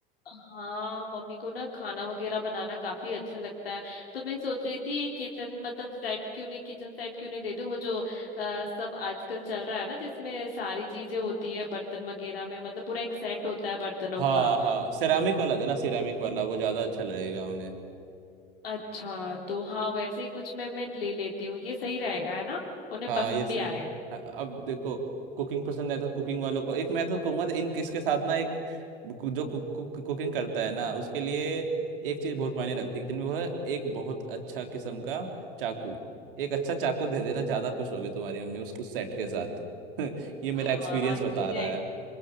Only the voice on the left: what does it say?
हाँ मम्मी को ना खाना वगैरह बनाना काफी अच्छा लगता है तो मैं सोच रही थी एक किचन मतलब सेट क्यों नहीं किचन सेट क्यों नहीं दे दूं वो जो आ, सब आजकल चल रहा है ना जिसमें सारी चीजें होती हैं बर्तन वगैरह में मतलब पूरा एक सेट होता है बर्तनों
का
अच्छा तो हाँ वैसे ही कुछ मैं मैं ले लेती हूँ ये सही रहेगा है ना उन्हें
पसंद
भी आएगा
हाँ
ये
भी
आइडिया